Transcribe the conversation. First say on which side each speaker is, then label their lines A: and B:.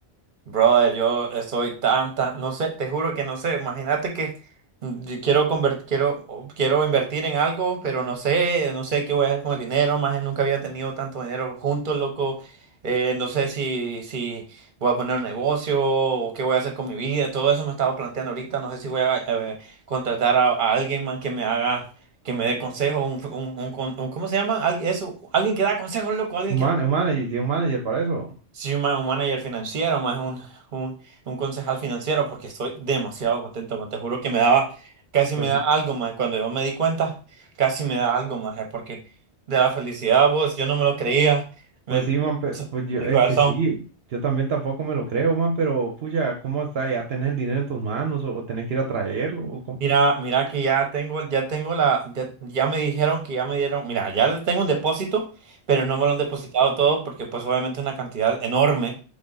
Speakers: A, on the right (about 50°); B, on the right (about 65°).
A: Brother, yo estoy tan, tan, no sé, te juro que no sé. Imagínate que mm, yo quiero conver- quiero, o- quiero invertir en algo, pero no sé, no sé qué voy a hacer con el dinero. Más nunca había tenido tanto dinero juntos loco. Eh, no sé si, si voy a poner un negocio o qué voy a hacer con mi vida. Todo eso me estaba planteando ahorita. No sé si voy a eh, contratar a, a alguien, man, que me haga, que me dé consejos. Un, un, un con- un- ¿cómo se llama? Al- eso, alguien que da consejos, loco, alguien
B: Un
A: que
B: man,
A: da
B: un manager, sí, un manager para eso.
A: Sí, un, ma- un manager financiero, más un, un, un concejal financiero, porque estoy demasiado contento, man. Te juro que me daba, casi
B: Pues
A: me da
B: sí,
A: algo más. Cuando yo me di cuenta, casi me da algo más, porque de la felicidad, vos, yo no me lo creía. Me-
B: pues sí, man, pe- pues yo,
A: el
B: es
A: corazón.
B: que sí. Yo también tampoco me lo creo, man, pero pucha, ¿cómo está? ¿Ya tenés el dinero en tus manos o, o tenés que ir a traerlo? ¿O cómo?
A: Mira, mira que ya tengo, ya tengo la, ya, ya me dijeron que ya me dieron, mira, ya tengo un depósito, pero no me lo han depositado todo porque pues obviamente es una cantidad enorme.